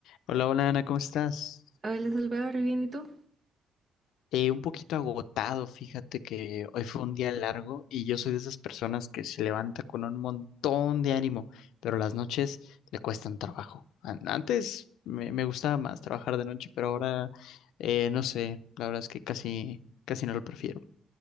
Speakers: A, on the left; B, on the right.
A: Hola, hola Ana, ¿cómo estás?
B: Hola Salvador, ¿bien y tú?
A: Eh, un poquito agotado, fíjate que hoy fue un día largo y yo soy de esas personas que se levanta con un montón de ánimo, pero las noches le cuestan trabajo. An- Antes me, me gustaba más trabajar de noche, pero ahora eh, no sé, la verdad es que casi, casi no lo prefiero.